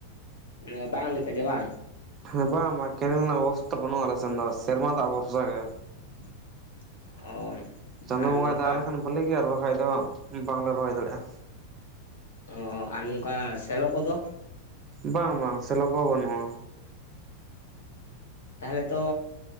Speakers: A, on the left (about 65°); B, on the right (about 30°).
A: ᱢᱟᱱᱮ ᱵᱟᱝ ᱞᱮᱠᱟ ᱜᱮ ᱵᱟᱝ?
B: ᱦᱮᱸ ᱵᱟᱝ ᱵᱟᱝ ᱠᱮᱱᱮᱞ ᱨᱮᱱᱟᱜ ᱵᱮᱵᱚᱥᱛᱷᱟ ᱵᱟᱹᱱᱩᱜ-ᱟ, ᱟᱞᱮ ᱥᱮᱱ ᱫᱚ ᱥᱮᱨᱢᱟ ᱫᱟᱜ ᱵᱷᱚᱨᱥᱟ ᱜᱮ᱾
A: ᱚ
B: ᱪᱟᱸᱫᱳ
A: ᱟᱨ
B: ᱵᱚᱸᱜᱟᱭ
A: ᱱᱚᱝᱠᱟ
B: ᱫᱟᱜ ᱞᱮᱠᱷᱟᱱ ᱵᱷᱟᱹᱞᱤ ᱜᱮ ᱟᱨ ᱵᱟᱝᱠᱷᱟᱱ ᱵᱟᱝᱞᱮ ᱨᱚᱦᱚᱭ ᱫᱟᱲᱮᱭᱟᱜᱼᱟ᱾
A: ᱚ ᱟᱨ ᱱᱚᱝᱠᱟ ᱥᱮᱞᱚ ᱠᱚᱫᱚ?
B: ᱵᱟᱝ ᱵᱟᱝ ᱥᱮᱞᱚ ᱠᱚ ᱵᱟᱹᱱᱩᱜ-ᱟ᱾
A: ᱛᱟᱦᱚᱞᱮ ᱛᱚ